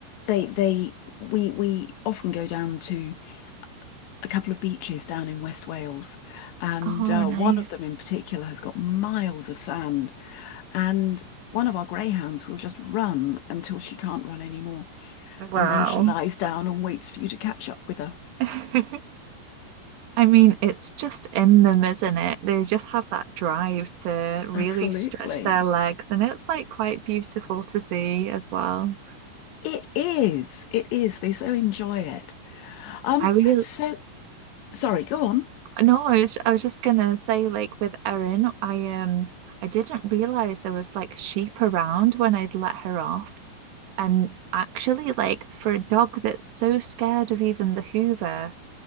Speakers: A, on the left; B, on the right.
A: they they we we often go down to a couple of beaches down in West Wales, and
B: Oh,
A: uh,
B: nice.
A: one of them in particular has got miles of sand, and one of our greyhounds will just run until she can't run anymore,
B: Wow.
A: and then she lies down and waits for you to catch up with her.
B: <laughs> I mean, it's just in them, isn't it? They just have that drive to really
A: Absolutely.
B: stretch their legs, and it's like quite beautiful to see as well.
A: It is. It is. They so enjoy it. Um,
B: I really,
A: so sorry, go on.
B: no, I was, I was just gonna say, like with Erin, I um, I didn't realize there was like sheep around when I'd let her off, and actually, like for a dog that's so scared of even the Hoover.